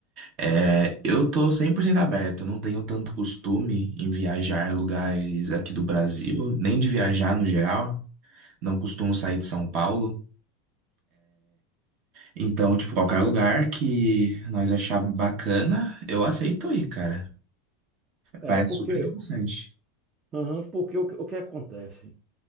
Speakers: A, on the right; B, on the right.
A: É, eu tô 100% aberto, eu não tenho tanto costume em viajar a lugares aqui do Brasil, nem de viajar no geral, não costumo sair de São Paulo. Então, tipo, qualquer lugar que nós achar bacana, eu aceito ir, cara.
B: é,
A: Parece
B: porque,
A: super interessante.
B: aham, porque o, que o que acontece?